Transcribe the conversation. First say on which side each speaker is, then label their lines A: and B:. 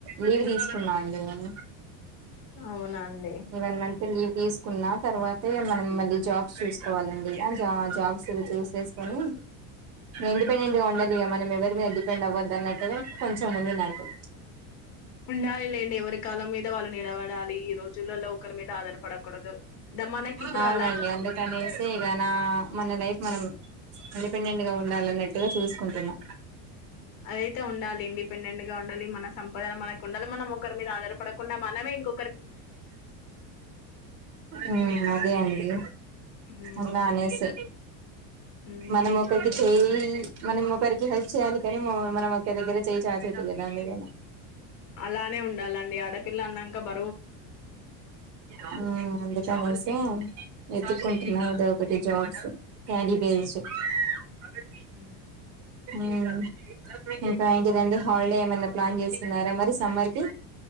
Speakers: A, on the right; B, on the left.
A: లీవ్ తీసుకున్నా అండి నేను
B: అవునా అండి
A: వన్ మంత్ లీవ్ తీసుకున్నా తర్వాత మనం మళ్ళీ జాబ్స్ చూసుకోవాలండి ఇ జాబ్స్ చూసేసుకొని ఇండిపెండెంట్ గా ఉండాలిగ మనం ఎవరి మీద డిపెండ్ అవ్వద్దన్నట్టుగ కొంచముంది నాకు
B: ఉండాలి లేండి ఎవరి కాలం మీద వాళ్ళు నిలబడాలి ఈ రోజులలో ఒకరి మీద ఆధారపడకూడదు ద మనకి ఇప్పుడు
A: ఆ అవునండి
B: అలా
A: అందుకనేసి ఇగ నా మన లైఫ్ మనం ఇండిపెండెంట్గా ఉండాలన్నట్టుగా చూసుకుంటున్నా
B: అదయితే ఉండాలి ఇండిపెండెంట్ గా ఉండాలి మన సంపదన మనకు ఉండాలి మనం ఒకరి మీద ఆధారపడకుండా మనమే ఇంకో
A: మ్మ్ అదే అండి
B: హ్మ్.
A: అలా అనేసి
B: హ్మ్.
A: మనం ఒకరికి చెయి మనం ఒకరికి హెల్ప్ చేయాలి కాని మ మనం ఒకరి దగ్గర చేయి చాచద్దు కదా అందుకని
B: అలానే ఉండాలండి ఆడపిల్ల అన్నాక బ
A: హ్మ్ అ చమయ సింగ్ వెతుక్కుంటున్నా ఏదో ఒకటి జాబ్స్ క్యడీ బేస్డ్ అ
B: హ్మ్.
A: ఏ మ్మ్ ఇంకా ఏంటిదంటె హాలిడే ఏమైనా ప్లాన్ చేస్తున్నారా మరి సమ్మర్ కి